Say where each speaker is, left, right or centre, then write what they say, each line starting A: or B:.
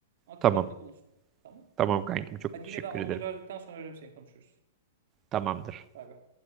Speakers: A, on the right; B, on the right.
A: Akıllarında
B: Tamam.
A: bulunsun. Tamam.
B: Tamam kankim çok
A: Hadi
B: teşekkür
A: yine ben onları
B: ederim.
A: aradıktan sonra ararım seni konuşuruz.
B: Tamamdır.
A: Bay bay.